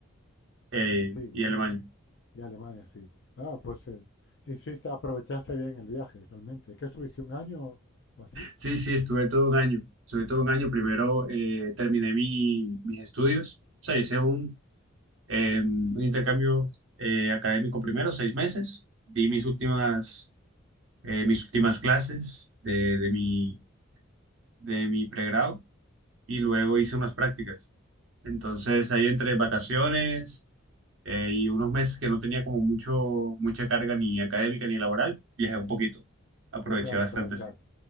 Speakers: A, on the right; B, on the left.
A: eh,
B: sí.
A: y Alemania.
B: Y Alemania, sí. Ah, pues eh, hiciste, aprovechaste bien el viaje, realmente. ¿Qué estuviste un año o así?
A: Sí, sí, estuve todo un año. Estuve todo un año. Primero eh, terminé mi- mis estudios. O sea, hice un, eh, un intercambio eh, académico primero, seis meses. Di mis últimas, eh, mis últimas clases de, de mi, de mi pregrado y luego hice unas prácticas. Entonces, ahí entre vacaciones eh, y unos meses que no tenía como mucho, mucha carga ni académica ni laboral, viajé un poquito. Aproveché
B: Claro,
A: bastante,
B: aprovechaste.
A: sí.